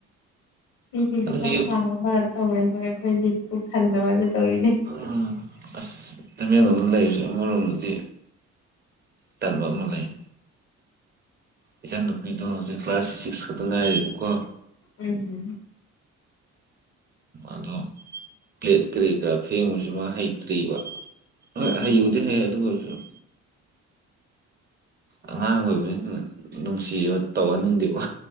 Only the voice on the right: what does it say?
ꯑꯗꯨꯒꯤ ꯌꯨ
ꯎꯝ ꯑꯁ ꯇꯃꯦꯡꯂꯣꯡꯗ ꯂꯩꯔꯤꯁꯦ ꯑꯃꯔꯣꯝꯗꯗꯤ ꯇꯟꯕ ꯑꯃ ꯂꯩ ꯏꯆꯥꯟ ꯅꯨꯨꯄꯤꯗꯣ ꯍꯧꯖꯤꯛ ꯀ꯭ꯂꯥꯁ ꯁꯤꯛ꯭ꯁ ꯈꯛꯇ ꯉꯥꯏꯔꯤꯕꯀꯣ
ꯑꯗꯣ ꯄ꯭ꯂꯦꯠ ꯀꯔꯤ ꯀꯔꯥ ꯐꯦꯡꯕꯁꯤ ꯃꯥ ꯍꯩꯇ꯭ꯔꯤꯕ ꯍꯣꯏ
ꯍꯩꯕꯨꯗꯤ ꯍꯥꯢ ꯑꯗꯨ ꯑꯣꯏꯔꯁꯨ ꯑꯉꯥꯡ ꯑꯣꯏꯕꯅꯤꯅ ꯅꯨꯡꯁꯤꯕ ꯇꯧꯍꯟꯅꯤꯡꯗꯦꯕ